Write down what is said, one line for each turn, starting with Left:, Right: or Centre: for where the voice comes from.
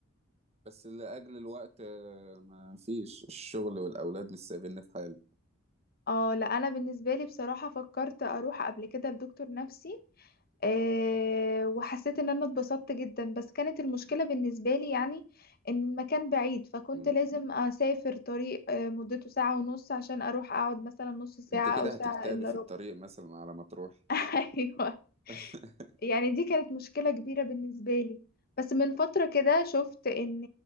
Right: بس لأجل الوقت آه، ما فيش الشغل والأولاد مش سايبيني في حالي
Left: اه لا انا بالنسبه لي بصراحه فكرت اروح قبل كده لدكتور نفسي آه، وحسيت ان انا اتبسطت جدا بس كانت المشكلة بالنسبة لي يعني ان المكان بعيد فكنت
Right: مم.
Left: لازم اسافر طريق آه، مدته ساعة ونص عشان اروح اقعد مثلا نص ساعة
Right: انت كده
Left: او ساعة
Right: هتكتبي
Left: الا
Right: في
Left: ربع
Right: الطريق مثلا على ما تروحي
Left: <laughs> ايوه
Right: <laughs>
Left: يعني دي كانت مشكلة كبيرة بالنسبة لي بس من فترة كده شفت ان